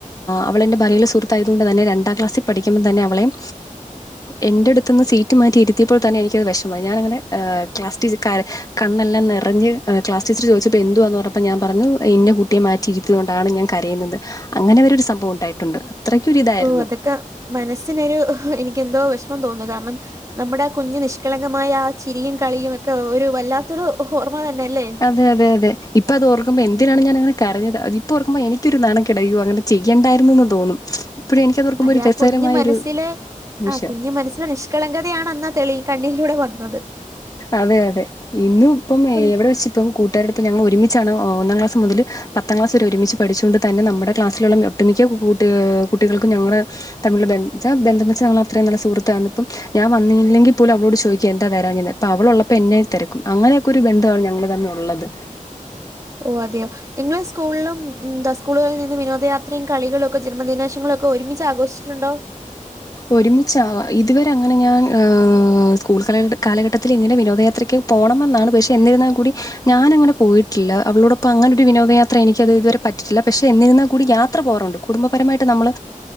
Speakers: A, on the left; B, on the right.
A: അവളെൻ്റെ ഭലെ സുഹൃത്തായതുക കൊണ്ട് തന്നെ രണ്ടാം ക്ലാസ്സിൽ പഠിക്കുമ്പൾ തന്നെ അവളെയും എന്റെ അടുത്ത് നിന്ന് സീറ്റ് മാറ്റയിരുത്തിയപ്പോൾ തന്നെ എനിക്കത് വിഷമായി ഞാാനങ്ങെ ക്ലാസ് ടീച്ചർക്കർ കണ്ണെല്ലാം നിറഞ് ക്ലാസ്ടീച്ചർ ചോദിച്ചപ്പോൾ എന്തുവാന്ന് പറഞ്ഞപ്പോൾ ഞാൻ പറഞ്ഞു ഇന്ന കുട്ടിയെ മാറ്റിയിരിക്കയ കൊണ്ടാണ് ഞാൻ കരയുന്നത് അങ്ങനെ വരരു സംഭവം ഉണ്ടായിട്ടുണ്ട് അത്രയ്ക്കൊരിതായിരുന്നു
B: ഓ അതൊക്കെ മനസ്സിനൊരു എനിക്ക് എന്തോ വിഷമം തോന്നുന്നു കാരണം നമ്മുടെ കുഞ്ഞ് നിഷ്കളങ്കമായ ആ ചിരിയും കളിയും ഒക്കെ ഒരു വല്ലാത്തൊരു ഹഓർമ തന്നെല്ലേ
A: അതെ അതെതെ ഇപ്പ അത് ഓർക്ക്പോ എന്തിനാണ് ഞാാനങ്ങെ കരഞ്ഞത് ഇപ്പോ ഓർക്ക്പോ എിക്കരു നാണക്കേടാ അങ്ങനെ ചെയ്യേണ്ടായിുന്നന്ന് തോന്നും ഇപ്പഴും എനിക്കത് ഓർക്കുമ്പോ
B: അതെ
A: ഒരു
B: ആ
A: രസകരമായ
B: കുഞ്ഞു മനസ്സില്
A: ഒരു നിമിഷം
B: ആ കുഞ്ഞു മനസ്സില നിഷ കളങ്കതയാണെന്നാ തെളി കണ്ണിലൂടെ വന്നത്
A: അതെ അതെ ഇന്ന ഇപ്പം
B: ഉം.
A: എവിടെ വെച്ച ഇപ്പം കൂട്ടുകാരടെ ഇപ്പം ഞങ്ങൾ ഒരുമിച്ചാണ് ഒന്നാം ക്ലാസ് മുതൽ പത്താം ക്ലാസ് ഒരുമിച്ച് പഠിച്ചുകൊണ്ട് തന്നെ നമ്മുടെ ക്ലാസ്സിലുള്ള ഒട്ടുമിക്ക കുട്ടി കുട്ടികൾക്കും ഞങ്ങള് തമ്മില ബന് ബന്ധംന്നച്ചാൾ അത്രയും നല്ല സുഹൃത്തായിണ് ഇപ്പം ഞാൻ വന്നില്ലെങ്കിൽ പോലും അവളോട് ചോദിക്ക എന്താ വരാഞ്ഞന്ന് അപ്പൊ അവളോള്ളപ്പോ എന്നെ തിരക്കും അങ്ങനെയൊക്കെ ഒരു ബന്ധമാണ് ഞങ്ങള് തമ്മെ ഉള്ളത്
B: ഓ അതെയോ നിങ്ങള് സ്കൂളിലും സ്കൂളുകളിൽ നിന്ന് വിനോദയാത്രയും കളികളും ഒക്കെ ജന്മദിനാശങ്ങളും ഒക്കെ ഒരുമിച്ച് ആഘോഷിച്ചിട്ടുണ്ടോ
A: ഒരുമിച്ച് ഇതുവരെ അങ്ങനെ ഞാൻ സ്കൂൾ ക കാലഘട്ടത്തിൽ ഇങ്ങനെ വിനോദയാത്രയ്ക്ക് പോകണമെന്നാണ് പക്ഷേ എന്നിരുന്നാൽ കൂടി ഞാനങ്ങനെ പോയിട്ടില്ല അവളോടൊപ്പം അങ്ങനെൊ ഒരു വിനോദയാത്ര എനിക്കത് ഇതുവരെ പറ്റിട്ടില്ല പക്ഷെ എന്നിരുന്നാൽ കൂടി യാത്ര പോകറുണ്ട് കുടുംബപരമായിട്ട് നമ്മൾ്